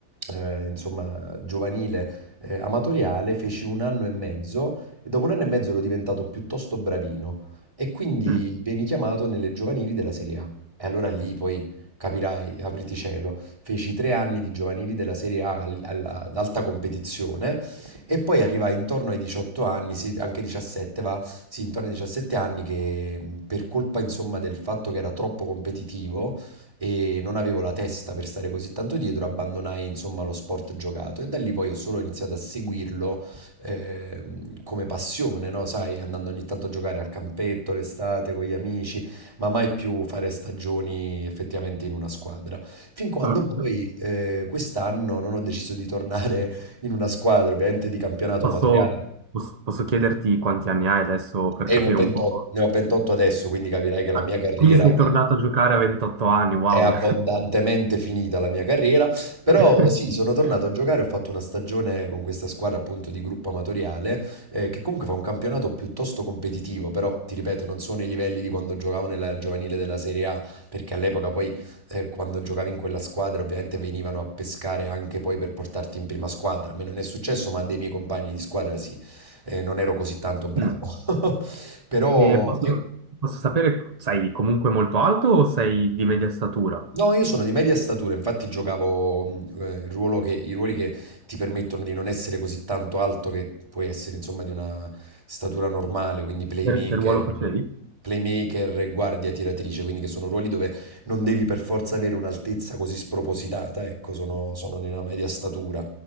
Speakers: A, on the right; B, on the right.
A: eh, insomma, giovanile, eh, amatoriale, feci un anno e mezzo e dopo un anno e mezzo ero diventato piuttosto bravino e quindi
B: Mm.
A: veni chiamato nelle giovanili della Serie A. E allora lì poi capirai, apriti cielo, feci tre anni di giovanili della Serie A al- alla- ad alta competizione e poi arrivai intorno ai 18 anni, sì, anche 17 va, sì, intorno ai 17 anni che mh, per colpa insomma del fatto che era troppo competitivo e non avevo la testa per stare così tanto dietro, abbandonai insomma lo sport giocato e da lì poi ho solo iniziato a seguirlo eh, come passione, no? Sai, andando ogni tanto a giocare al campetto l'estate con gli amici, ma mai più fare stagioni effettivamente in una squadra. Fin quando
B: Ah,
A: poi eh, quest'anno non ho deciso di tornare in una squadra, ovviamente di campionato
B: Posso,
A: amatoriale.
B: posso- posso chiederti quanti anni hai adesso per
A: E
B: capire
A: io ne ho 28,
B: un po'?
A: ne ho 28 adesso, quindi capirai che la
B: Ah,
A: mia carriera
B: quindi sei
A: è...
B: tornato a giocare a 28 anni, wow.
A: È abbondantemente finita la mia carriera, però
B: <laughs>
A: sì, sono tornato a giocare, ho fatto una stagione con questa squadra appunto di gruppo amatoriale, eh, che comunque fa un campionato piuttosto competitivo, però ti ripeto, non sono i livelli di quando giocavo nella giovanile della Serie A, perché all'epoca poi eh, quando giocavi in quella squadra ovviamente venivano a pescare anche poi per portarti in prima squadra. A me non è successo, ma a dei miei compagni di squadra sì, Eh, non ero così tanto bravo.
B: Mm.
A: <laughs> Però...
B: E posso,
A: eh,
B: posso sapere, sei comunque molto alto o sei di media statura?
A: No, io sono di media statura, infatti giocavo mh, eh, il ruolo che, i ruoli che ti permettono di non essere così tanto alto che puoi essere insomma di una statura normale, quindi playmaker,
B: Che, che ruolo facevi?
A: playmaker e guardia tiratrice, quindi che sono ruoli dove non devi per forza avere un'altezza così spropositata, ecco, sono, sono di una media statura.